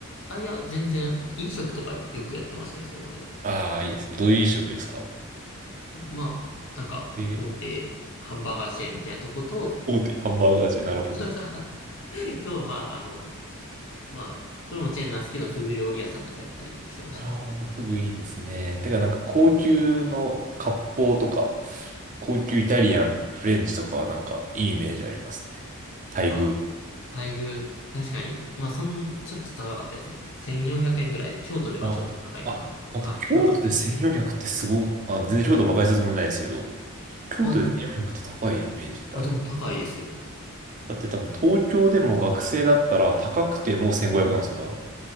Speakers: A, on the left (about 60°); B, on the right (about 35°).
A: あ、いや、全然、飲食とかよくやってましたね、それまで。
B: ああ、いいですね。どういう飲食ですか
A: まあ、なんか、
B: えー
A: 大手ハンバーガーチェーンみたいなとこと、
B: 大手ハンバーガーチェーン、なるほど。
A: <laughs> と、まあ、あの、まあ、これもチェーンなんですけど、フグ料理屋さんとかやったりしてましたね。
B: ああ、フグいいですね。てかなんか高級の割烹とか、高級イタリアン、フレンチとかはなんかいいイメージありますね。待遇。
A: あ待遇、確かに、まあ、そん、ちょっと高かったですね。1400円ぐらい。京都ではちょっと高いかなっていう。
B: ああ、待って、
A: あ、
B: 京都で1400ってすごい、
A: 京都住んでるんですけど。
B: あ、全然京都馬鹿にするつもりないですけど、京都で1400って高いイメージである。
A: あ、あ、でも高いですよ。
B: だって多分東京でも学生だったら高くても1500なんですよ、多分。